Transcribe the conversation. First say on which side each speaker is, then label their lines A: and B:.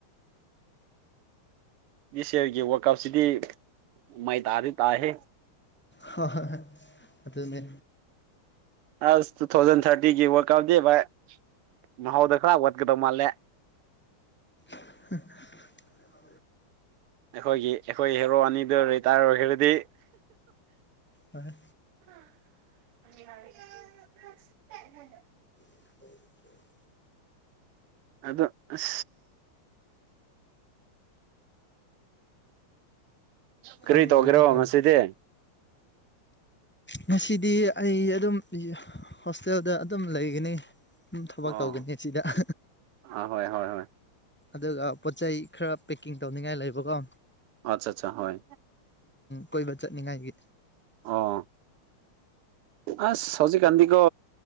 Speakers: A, on the right (about 85°); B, in the centre.
A: ꯗꯤꯁ ꯌꯤꯔꯒꯤ ꯋꯥꯔꯜ ꯀꯞꯁꯤꯗꯤ ꯃꯩ ꯇꯥꯗꯤ ꯇꯥꯍꯦ
B: ꯍꯣꯏ ꯍꯣꯏ ꯑꯗꯨꯅꯦ
A: ꯑꯁ ꯇꯨ ꯊꯥꯎꯖꯟ ꯊꯔꯇꯤꯒꯤ ꯋꯥꯜꯗ ꯛꯞꯇꯤ ꯎꯗ ꯚꯥꯏ ꯃꯍꯎꯗ ꯈꯔꯥ ꯋꯥꯠ ꯀꯗꯧ ꯃꯥꯜꯂꯦ
B: <inaudible>
A: ꯑꯩꯈꯣꯏꯒꯤ ꯑꯩꯈꯣꯏ ꯍꯦꯔꯣ ꯑꯅꯤꯗꯨ ꯔꯤꯇꯥꯌꯔ ꯑꯣꯏꯈ꯭ꯔꯒꯗꯤ
B: ꯍꯣꯏ
A: <inaudible>
B: <unintelligible>
A: ꯑꯗꯨ ꯑꯁ ꯀꯔꯤ
B: ꯈꯪꯗ꯭ꯔꯦꯗ
A: ꯇꯧꯒꯦꯔꯣ
B: ꯇꯧꯔꯤꯁꯦ
A: ꯉꯁꯤꯗꯤ
B: ꯉꯁꯤꯗꯤ ꯑꯩ ꯑꯗꯨꯝ ꯍꯣꯁꯇꯦꯜꯗ ꯑꯗꯨꯝ ꯂꯩꯒꯅꯤ ꯎꯝ ꯊꯕꯛ
A: ꯑꯣ
B: ꯇꯧꯒꯅꯤ ꯑꯁꯤꯗ <unintelligible>
A: ꯑꯥ ꯍꯣꯏ ꯍꯣꯏ ꯍꯣꯏ
B: ꯑꯗꯨꯒ ꯄꯣꯠ ꯆꯩꯩ ꯈꯔ ꯄꯦꯛꯀꯤꯡ ꯇꯧꯅꯤꯡꯉꯥꯏ ꯂꯩꯕꯀꯣ
A: ꯑꯆꯥ ꯑꯠꯆꯥ ꯍꯣꯏ
B: ꯀꯣꯏ ꯆꯠꯅꯤꯡꯉꯥꯏꯒꯤ
A: ꯑꯣ ꯑꯁ ꯍꯧꯖꯤꯛꯀꯥꯟꯗꯤꯀꯣ